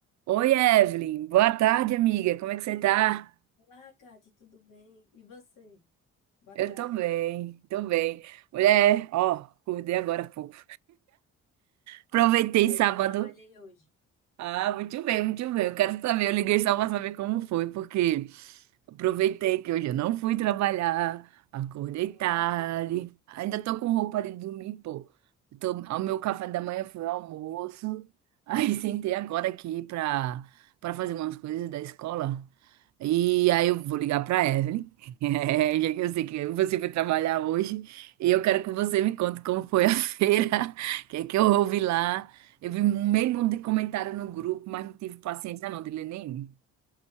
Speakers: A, on the right; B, on the left.
A: Oi, Evelyn. Boa tarde, amiga. Como é que você tá?
B: Olá, Kate, tudo bem? E você? Boa
A: Eu
B: tarde.
A: tô bem, tô bem. Mulher, ó, acordei agora há pouco. Aproveitei
B: Ah,
A: sábado.
B: eu já trabalhei hoje.
A: Ah, muito bem, muito bem. Eu quero saber, eu liguei só pra saber como foi, porque aproveitei que hoje eu não fui trabalhar, acordei
B: Olha.
A: tarde, ainda tô com roupa de dormir, pô. Tô, o meu café da manhã foi o almoço, <laughs> aí sentei agora aqui pra, pra fazer umas coisas da escola. E aí eu vou ligar pra Evelyn, <laughs> já que eu sei que você foi trabalhar hoje, e eu quero que você me conte como foi a <laughs> feira, o que é que eu ouvi lá. Eu vi meio mundo de comentário no grupo, mas não tive paciência não de ler nenhum.